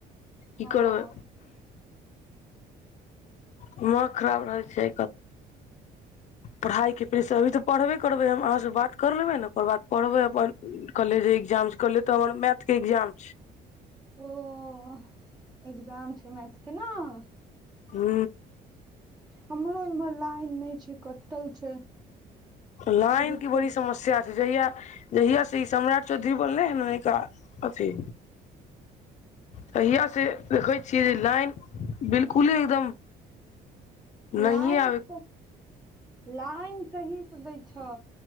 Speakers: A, on the left (about 45°); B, on the right (about 25°).
A: ई
B: हँ
A: करबै दिमाग खराब रहै छै पढ़ाइ के अभी तऽ पढ़बे करबै हम अहाँ से बात कर लेबै ने ओकर बाद पढ़बै अपन कलहे जे एग्जाम छै कलहे तऽ हमर मैथ के एग्जाम छै
B: ओ एग्जाम छै मैथे के न
A: हू
B: हमरो इमहर लाइन नहि छै कटल छै
A: लाइन
B: ओ जे छै
A: के बड़ी समस्या जहिया जहिया से ई सम्राट चौधरी बनलै ह न नैयका अथी तहिया से देखैत छियै जे लाइन बिल्कुले एक एकदम
B: लाइन
A: नहिये आबे
B: तऽ लाइन सहीसँ दै छै